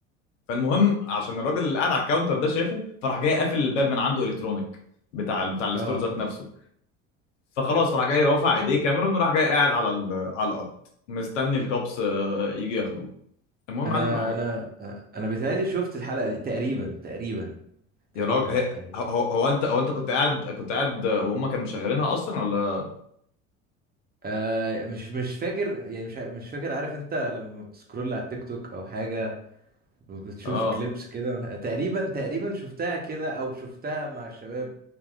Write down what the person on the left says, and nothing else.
فالمهم عشان الراجل اللي قاعد على الكاونتر ده شافه فراح جاي قافل الباب من عنده الكترونيك بتاع بتاع الستور
ذات نفسه فخلاص فراح جاي رافع ايديه كاميرون وراح جاي قاعد على ال- على الارض مستني الكابس آه، يجي ياخدوه المهم
معلم راح جاي
يا راجل هي-
هو هو انت هو انت كنت قاعد كنت قاعد وهم كانوا مشغلينها اصلا ولا
اه